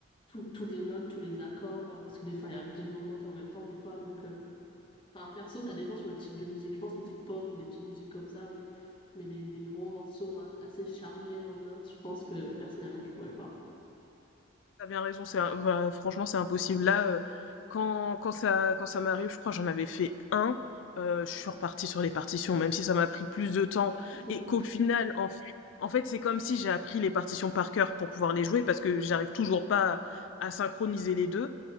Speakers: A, on the left (about 25°); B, on the left (about 65°).
A: tout- toutes les notes, tous les accords, euh, parce que des fois, il y a 10 millions de notes en même temps, des fois, donc, euh, enfin, perso, ça dépend sur le type de musique, je pense, musique pop ou des petites musiques comme ça, oui, mais des, des gros morceaux a- assez chargés en notes, je pense que personnellement, je pourrais pas.
B: T'as bien raison, c'est un- enfin, franchement, c'est impossible. Là, euh,
A: Ouais.
B: quand, quand ça, quand ça m'arrive, je crois que j'en avais fait un, euh, je suis repartie sur les partitions, même si ça m'a pris plus de temps,
A: Ouais. <laughs>
B: et qu'au final, en, f- en fait, c'est comme si j'ai appris les partitions par cœur pour pouvoir les jouer, parce que j'arrive toujours pas à, à synchroniser les deux,